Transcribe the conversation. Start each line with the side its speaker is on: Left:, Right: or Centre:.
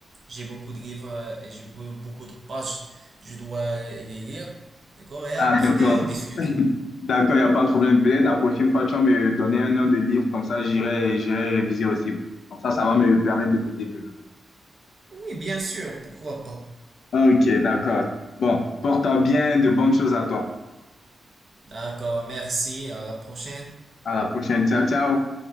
Right: J'ai beaucoup de livres euh, et j'ai be- beaucoup de pages, je dois euh, les lire, d'accord? Et après,
Left: Ah, d'accord.
Right: on discute.
Left: <laughs> D'accord, il n'y a pas de problème. Peut-être la prochaine fois, tu vas me donner un nom de livre, comme ça, j'irai, j'irai réviser aussi. Comme ça, ça va me permettre de me développer.
Right: Oui, bien sûr, pourquoi pas.
Left: Ok, d'accord. Bon, porte-toi bien, de bonnes choses à toi.
Right: D'accord, merci, à la prochaine.
Left: À la prochaine. Ciao, ciao.